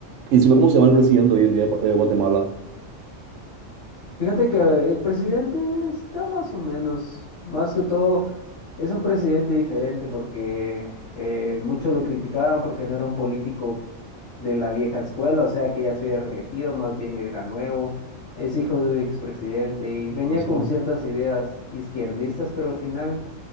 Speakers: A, on the right (about 70°); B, on the left (about 65°).
A: Y encima, ¿cómo se llama el presidente hoy en día de, Pa- de Guatemala?
B: Fíjate que el presidente está más o menos, más que todo, es un presidente diferente porque eh, muchos lo criticaban porque no era un político de la vieja escuela, o sea que ya se había reelegido, más bien era nuevo, es hijo de un expresidente y venía
A: Ah, sí.
B: con ciertas ideas izquierdistas, pero al final